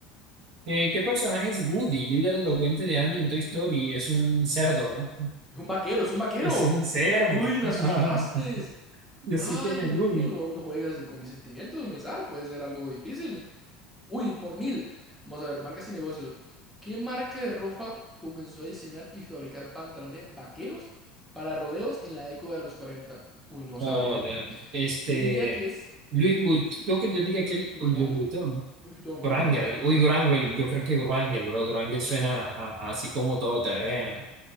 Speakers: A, on the right (about 55°); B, in the centre.
A: Eh, ¿qué personaje es Woody, líder elocuente de Andy en Toy Story? Es un cerdo, ¿no?
B: Es un vaquero, es un vaquero.
A: Es un cerdo.
B: Uy, me
A: <laughs>
B: asustaste.
A: Yo
B: Ay,
A: sé quién es
B: Dios
A: Woody.
B: mío, no, no juegues así con mis sentimientos, Meizal. Puede ser algo difícil. Uy, por mil. Vamos a ver, marcas y negocios. ¿Qué marca de ropa comenzó a diseñar y fabricar pantalones vaqueros para rodeos en la década de los 40? Uy, no
A: Joder.
B: sabría.
A: Este.
B: Yo diría que es
A: Luis Wood. Yo, que- yo diría
B: Louis
A: que el
B: Vuitton.
A: Luis Vuitton, ¿no?
B: Louis Vuitton,
A: Granger.
B: vamos a intentar Louis
A: Uy,
B: Vuitton.
A: Granger. Yo creo que Granger, bro. Granger suena a- a- así como todo terreno.